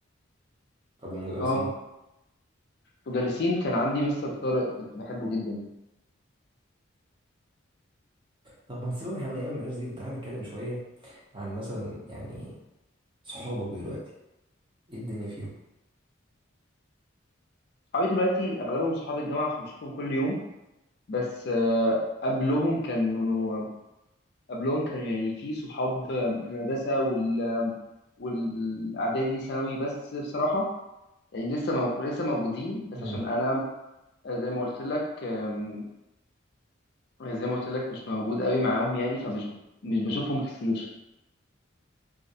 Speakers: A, on the right; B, on the left.
A: طب والمدرسين
B: اه مدرسين كان عندي مستر طارق كنت بحبه جدا
A: طب ما سيبك من حاجة من ايام المدرسة دي تعالى نتكلم شوية عن مثلا يعني صحابك دلوقتي ايه الدنيا فيهم
B: صحابي دلوقتي أغلبهم صحاب الجامعة عشان بشوفهم كل يوم بس آه، قبلهم كانوا قبلهم كانوا يعني في صحاب آه، المدرسة وال آم، والإعدادي ثانوي بس بصراحة يعني لسه مو... لسه موجودين بس
A: حلو
B: عشان أنا آه، زي ما قلت لك آم، زي ما قلت لك مش موجود قوي معاهم يعني فمش مش بشوفهم كتير